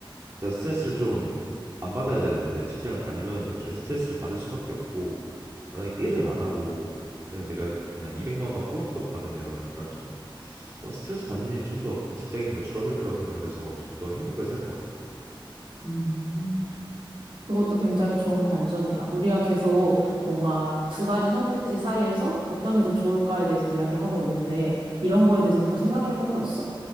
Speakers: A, on the right; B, on the right.
A: 일단 스트레스를 좀 안 받아야 되는데 직장을 다니면 애초에 스트레스를 받을 수밖에 없고 만약에 일을 안 하고 그냥 내가 그냥 200만 원 꼬박꼬박 받으면 난 좀 스트레스 받는 일이 좀 더 그 직장인보다 줄어들 거라 생각을 해서 좀 더 행복하게 살 것 같아.
B: 음, 그것도 굉장히 좋은 관점이다. 우리가 계속 뭔가 두 가지 선택지 사이에서 어떤 게 더 좋을까에 대해서 이야기하고 있는데 이런 거에 대해서 더 생각해 본 거 있어?